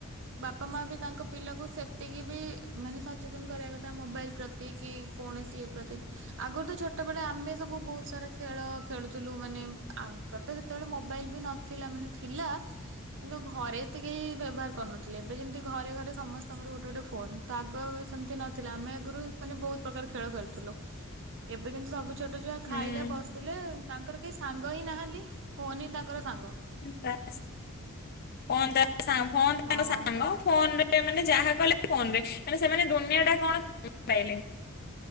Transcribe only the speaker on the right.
ବାପା ମା ବି, ତାଙ୍କ ପିଲାକୁ ସେତିକି ବି ମାନେ ସଚେତନ କରିବା କଥା ମୋବାଇଲ ପ୍ରତି। ଏ କି କୌଣସି ଏ ପ୍ରତି ଆଗରୁ ତ ଛୋଟବେେଳେ ଆମେ ସବୁ ବହୁତ ସାରା ଖେଳ ଖେଳୁ। ମାନେ ଆଗର ତ ସେତେବେଳେ ମୋବାଇଲ ବି ନଥିଲା, ମାନେ ଥିଲା କିନ୍ତୁ ଘରେ ଏତେ କେହି ବ୍ୟବହାର କରୁନଥିଲେ, ଏବେ ଯେମିତି ଘରେ ଘରେ ସମସ୍ତଙ୍କର ଗୋଟେ ଗୋଟେ ଫୋନ୍ ତ ଆଗ ସେମିତି ନଥିଲା, ଆମେ ଆଗରୁ ମାନେ ବହୁତ ପ୍ରକାର ଖେଳ ଖେୁଥିଲୁ ଏବେ କିନ୍ତୁ ସବୁ ଛୋଟ ଛୁଆ
ଖାଇଲେ ବସିଲେ, ତାଙ୍କର କେହି ସାଙ୍ଗ ହିଁ ନାହାନ୍ତି ଫୋନ ହିଁ ତାଙ୍କର ସାଙ୍ଗ।
ହଁ